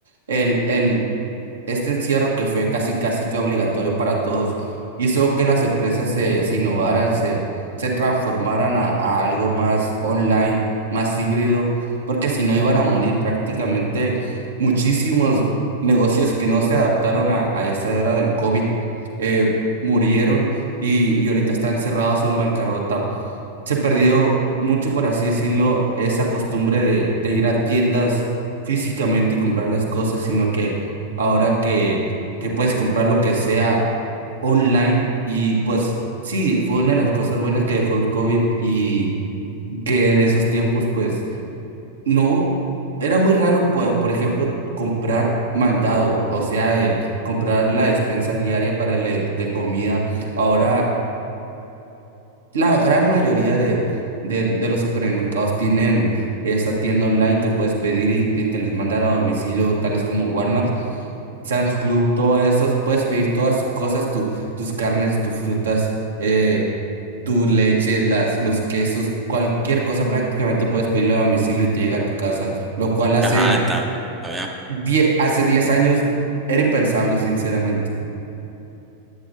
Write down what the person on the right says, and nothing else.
el, el este encierro que fue casi casi que obligatorio para todos hizo que las empresas se, se innovaran, se, se transformaran a, a algo más online, más híbrido, porque si no iban a morir prácticamente muchísimos negocios que no se adaptaron a, a esa era del COVID, eh, murieron y, y ahorita están cerrados o en bancarrota se perdió mucho, por así decirlo, esa costumbre de, de ir a tiendas físicamente y comprar las cosas, sino que ahora que, que puedes comprar lo que sea online y pues sí, fue una de las cosas buenas que dejó el COVID y que en esos tiempos pues no, era muy raro, por, por ejemplo, comprar mandado, o sea, el comprar la despensa diaria para el, de comida. Ahora la gran mayoría de, de, de los supermercados tienen esa tienda online que puedes pedir y, y te les mandan a domicilio, tales como Walmart, Sam's Club, todo eso. Puedes pedir todas cosas, tu, tus carnes, tus frutas, eh, tu leche, las, los quesos, cualquier cosa prácticamente puedes pedirlo a domicilio y te llega a tu casa, lo cual hace
10, hace 10 años era impensable, sinceramente.